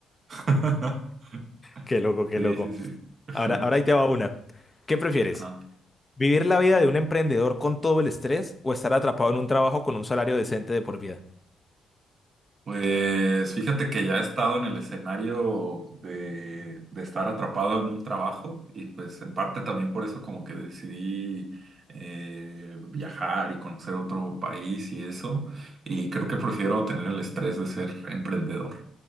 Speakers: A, on the right; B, on the left.
A: <laughs>
B: Qué loco, qué
A: Sí,
B: loco.
A: sí, sí. <laughs>
B: Ahora, ahora ahí te va una. ¿Qué prefieres?
A: Ajá.
B: ¿Vivir la vida de un emprendedor con todo el estrés o estar atrapado en un trabajo con un salario decente de por vida?
A: Pues fíjate que ya he estado en el escenario de, de estar atrapado en un trabajo y pues en parte también por eso como que decidí eh, viajar y conocer otro país y eso. Y creo que prefiero tener el estrés de ser emprendedor.